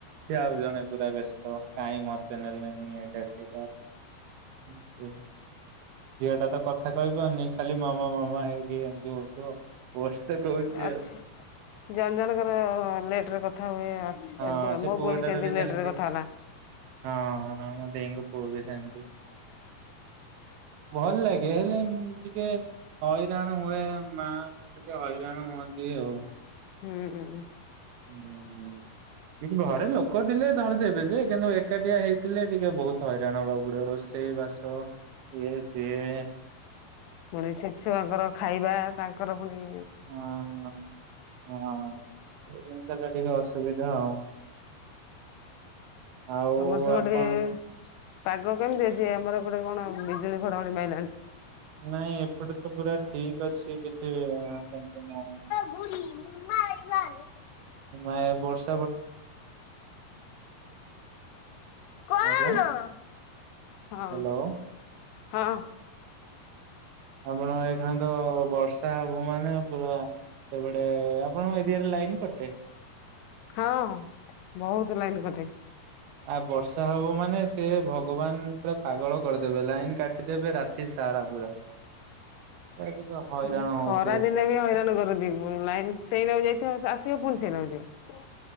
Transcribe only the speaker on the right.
ସିଏ ଆଉ ଜଣେ ପୁରା ବେସ୍ତ। କାଇଁ ମତେ ନେଲେନି ଏଇଟା ସେଇଟା। ମୁଁ ସେଆ ଝିଅଟା ତ କ କଥା କହିପାରୁନି ଖାଲି ମାମା ମାମା ହେଇକି ଏମତି ହଉଥିବ ବଟ୍ ସେ କହୁଚି
ଆଉ।
ହଁ
ସେ
ପୁଅଟାର
ସେମିତି
ହଁ ମୋ ଦେଇଙ୍କ ପୁଅ ବି ସେମତି। ଭଲ ଲାଗେ ହେଲେ ଉଁ ଟିକେ ହଇରାଣ ହୁଏ ମା ଟିକେ ହଇରାଣ ହୁଅନ୍ତି ଆଉ।
ଉଁ ସିନ୍ତି ଘରେ ଲୋକ ଥିଲେ ଧରିଦବେ ଯେ କିନ୍ତୁ ଏକାଟିଆ ହେଇଥିଲେ ଟିକେ ବୋହୁତ ତ ହଇରାଣ ହବାକୁ ପଡିବ ରୋଷେଇ ବାସ ଇଏ ସିଏ ଏଁ।
ହଁ ହଁ ସେଇ ଜିନିଷଟା ଟିକେ ଅସୁବିଧା ଆଉ। ଆଉ
ଆପଣ
ନାଇଁ ଏପଟେ ତ ପୁରା ଠିକ୍ ଅଛି କିଛି ଅ ଆଁ ସେମତି ନାଇଁ।
ଆମ ଆଏ ବର୍ଷ୍
ଆଜ୍ଞା
ହ୍ୟାଲୋ
ଆମର ଏଇଖିଣା ତ ବର୍ଷା ହବ ମାନେ ପୁରା ସବୁଆଡେ ଆପଣଙ୍କ ଏରିଆରେ ଲାଇନ୍ କଟେ?
ଆ ବର୍ଷା ହବ ମାନେ ସେ ଭଗବାନ୍ ପୁରା ପାଗଳ କରିଦେବେ ଲାଇନ କାଟିଦେବେ ରା ତି ସାରା ପୁରା। ଏ ଟିକେ ହଇରାଣ
ହଉଥିବେ।